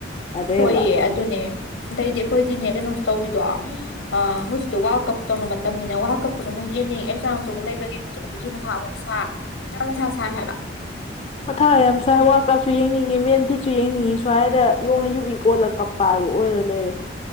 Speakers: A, on the left; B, on the left.
A: ꯑꯗꯩꯕ
B: ꯍꯣꯏꯌꯦ ꯑꯗꯨꯅꯦ ꯑꯗꯩꯗꯤ ꯑꯩꯈꯣꯏꯗꯤꯅꯦ ꯀꯩꯅꯣꯁꯨ ꯇꯧꯋꯤꯗꯣ ꯑ ꯍꯧꯖꯤꯛꯇꯤ ꯋꯥꯔꯜ ꯀꯞ ꯇꯧꯅ ꯃꯇꯝꯅꯤꯅ ꯋꯥꯔꯜ ꯀꯞꯇꯨꯁꯨ ꯃꯨꯛ ꯌꯦꯡꯅꯤꯡ ꯑꯦꯛꯖꯥꯝꯁꯨ ꯑꯃꯨꯛ ꯂꯩꯕꯅꯦ ꯁꯨ ꯃꯊꯥ ꯑꯃꯨꯛ ꯁꯥ ꯌꯥꯝ ꯃꯊꯥ ꯁꯥꯢ ꯍꯥꯏꯕ
A: ꯃꯊꯥ ꯌꯥꯝ ꯁꯥꯏ ꯋꯥꯔꯜ ꯀꯞꯁꯨ ꯌꯦꯡꯅꯤꯡꯉꯤ ꯃꯦꯟ ꯐꯤꯠꯁꯨ ꯌꯦꯡꯅꯤꯡꯉꯤ ꯁꯨꯋꯥꯏꯗ ꯌꯣꯡꯅ ꯌꯨꯕꯤ ꯀꯣꯜꯂꯒ ꯀꯞꯄ ꯀꯥꯞꯄ ꯑꯣꯏꯔ ꯂꯩꯔꯦ